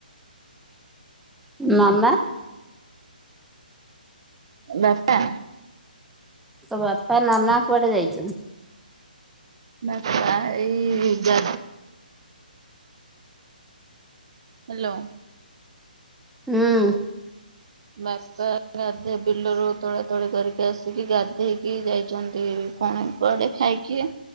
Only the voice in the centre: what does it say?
ନା
ବାପା ନନା କଆଟେ ଜାଇଚ
ହୁଁ।